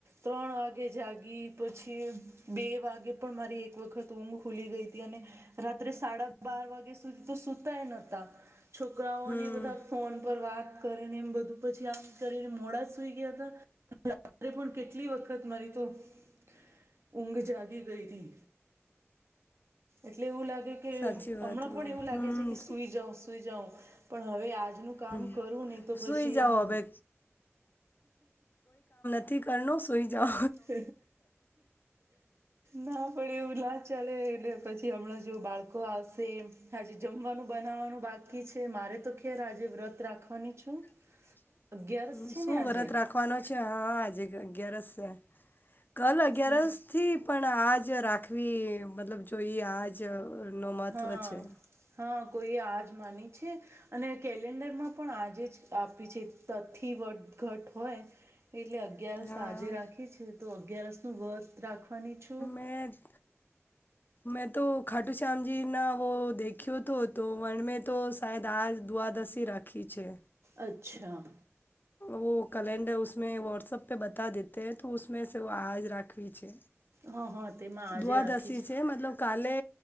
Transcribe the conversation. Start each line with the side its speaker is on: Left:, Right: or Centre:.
Right: ત્રણ વાગે જાગી પછી બે બે વાગે પણ મારી એક વખત ઊંઘ ખુલી ગઈ તી અને રાત્રે સાડા બાર વાગ્યા સુધી તો સુતાય નતા. છોકરાઓને
Left: હમ
Right: બધા ફોન પર વાત કરીને એમ બધું પછી આમ કરીને મોડા સુઈ ગયા તા. કાલે પણ કેટલી વખત મારી તો ઊંઘ જાગ જાગી ગયતી એટલે એવું લાગે કે
Left: સાચી
Right: હમણાં
Left: વાત કહો
Right: પણ એવું લાગે
Left: હમ
Right: છે કે સુઈ જઉં, સુઈ જાઉં પણ હવે આજનું કામ
Left: હમ
Right: કરું ની તો પછી
Left: સુઈ જાઓ
Right: આમ
Left: હવે થી કરણ સુઈતા
Right: હ ના પડે એવું ના ચાલે એટલે પછી હમણાં જે બાળકો આવશે હજે જમવાનું બનાવવાનું બાકી છે મારે તો ખેર આજે વ્રત રાખવાની છું.
Left: બ
Right: અગિયારસ છે
Left: શું
Right: ને આજે
Left: વ્રત રાખવાનો છે હા આજે અગિયારસ છે કલ અગિયારસ.
Right: હમ
Left: નથી પણ આ જ રાખવી મતલબ જોઈએ આજ નો મહત્ત્વ
Right: હા
Left: છે.
Right: હા કોઈએ આજ માની છે. અને કેલેન્ડર માં પણ આજે જ આપી છે તથી વ ઘટ હોય. એટલે અગયારસ
Left: હા
Right: આજે રાખી છે તો અગિયારસ નું વધ રાખવાની છુ.
Left: હદ મેં તો ખાટુ શ્યામજીી ના વ દેખ્યો હતો તો વર્ણ મેં તો શાયદ આજ દુ્વાદશી રાખ આખી છે.
Right: અચ્છા
Left: વ કેલેન્ડર ઉમે વ્ટ્સઅપ પે બતા દતેે તો ઉમે આજ રાખવી છે.
Right: હ હા તેમાં આજે
Left: દ્વાદશી
Right: રાખી
Left: છે, મતલબ કાલે